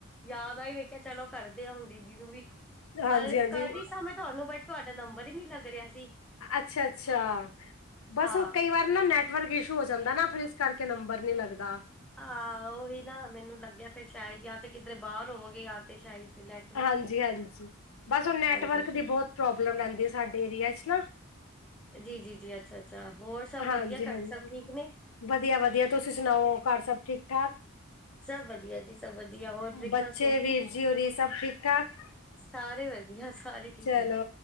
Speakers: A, in the centre; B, on the left.
A: ਯਾਦ ਆਈ ਮੈਂ ਕਿਆ ਚਲੋ ਕਰਦੇ ਆ ਹੁਣ ਦੀਦੀ ਨੂੰ ਵੀ।
B: ਹਾਂਜੀ-ਹਾਂਜੀ
A: ਕੱਲ ਕਰਰੀ ਸਾਂ ਮੈਂ ਤੁਹਾਨੂੰ ਬਟ ਤੁਹਾਡਾ ਨੰਬਰ ਹੀ ਨੀ ਲੱਗ ਰਿਹਾ ਸੀ।
B: ਅੱਛਾ-ਅੱਛਾ ਬਸ
A: ਹਾਂ
B: ਉਹ ਕਈ ਵਾਰ ਨਾ ਨੈਟਵਰਕ ਇਸ਼ੂ ਹੋ ਜਾਂਦਾ ਨਾ ਫੇਰ ਇਸ ਕਰਕੇ ਨੰਬਰ ਨੀ ਲੱਗਦਾ।
A: ਹਾਂ ਉਹੀ ਨਾ ਮੈਨੂੰ ਲੱਗਿਆ ਫੇਰ ਸ਼ਾਇਦ ਜਾਂ ਤੇ ਕਿਧਰੇ ਬਾਹਰ ਹੋਵੋਗੇ ਯਾ ਤੇ ਸ਼ਾਇਦ ਨੈ
B: ਹਾਂਜੀ-ਹਾਂਜੀ ਬਸ ਉਹ ਨੈਟਵਰਕ
A: ਹਾਂਜੀ ਹਾਂਜੀ
B: ਦੀ ਬਹੁਤ ਪ੍ਰੋਬਲਮ ਰਹਿੰਦੀ ਆ ਸਾਡੇ ਏਰੀਆ ਚ ਨਾ।
A: ਜੀ, ਜੀ, ਜੀ ਅੱਛਾ-ਅੱਛਾ ਹੋਰ ਸਭ
B: ਹਾਂਜੀ-ਹਾਂਜੀ
A: ਵਧੀਆ ਘਰੇ ਸਭ ਠੀਕ ਨੇ।
B: ਵਧੀਆ-ਵਧੀਆ ਤੁਸੀਂ ਸੁਣਾਓ ਘਰ ਸਭ ਠੀਕ-ਠਾਕ।
A: ਸਭ ਵਧੀਆ ਜੀ, ਸਭ ਵਧੀਆ ਹੋਰ ਬ੍ਰੇਕਫਾਸਟ
B: ਬੱਚੇ
A: ਹੋ
B: ਵੀਰ
A: ਗਈ।
B: ਜੀ ਹੋਰੀ <unintelligible>
A: ਸਾਰੇ ਵਧੀਆ ਸਾਰੇ ਠੀਕ
B: ਚਲੋ
A: ਆ